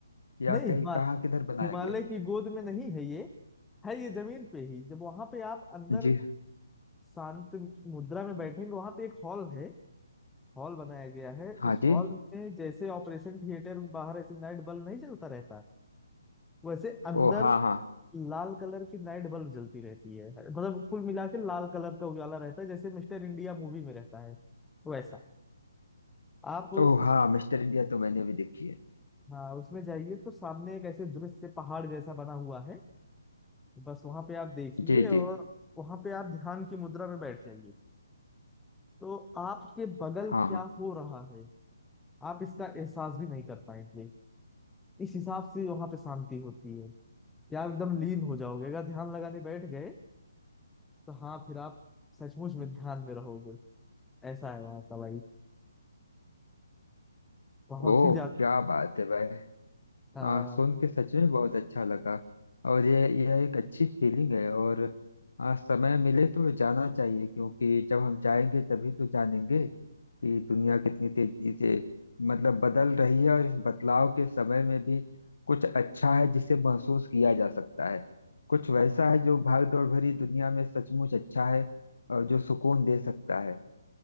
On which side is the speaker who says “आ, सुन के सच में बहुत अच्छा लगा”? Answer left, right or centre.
Left